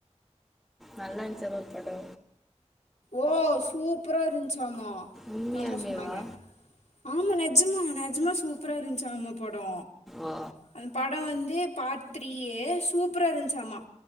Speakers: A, in the centre; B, on the left.
A: நல்லாருஞ்ச்சாமா படோ
B: ஓ சூப்பரா இருந்துச்சாமா
A: உண்மையாலுமேவா
B: ஆமா சொன்னாங்க ஆமா நேத் நஜ்மா நெஜமா சூப்பரா இருந்துச்சாம்மா படொ
A: ஓ
B: அந்த படொ வந்து பார்ட் த்ரீயே சூப்பரா இருந்துச்சாம்மா